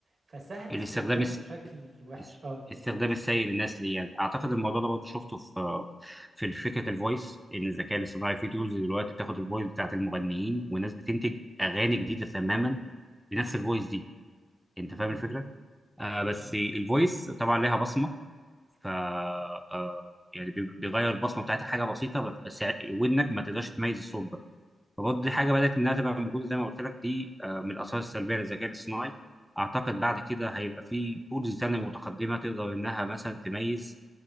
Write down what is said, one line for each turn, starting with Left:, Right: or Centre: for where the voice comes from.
Right: فسهل
Centre: الاستخدام
Right: استخدامه
Centre: الس...
Right: بشكل وحش
Centre: الس-
Right: اه
Centre: الاستخدام
Right: بالظبط
Centre: السيء للناس ليه يعني اعتقد الموضوع ده برضه شفته في في فكره الفويس ان الذكاء الاصطناعي في تولز دلوقتي بتاخد الفويس بتاعت المغنيين والناس بتنتج اغاني جديده تماما بنفس الفويس دي انت فاهم
Right: مم.
Centre: الفكره؟ آه
Right: بالظبط.
Centre: بس الفويس طبعا لها بصمه ف آه يعني بي- بيغير البصمه بتاعتها حاجه بسيطه بس ودنك ما تقدرش تميز الصوت فبرضه دي حاجه بدات انها تبقى موجوده زي ما قلت لك دي آه، من الاثار السلبيه للذكاء الاصطناعي اعتقد بعد كده هيبقى في تولز تانية متقدمه تقدر انها مثلا تميز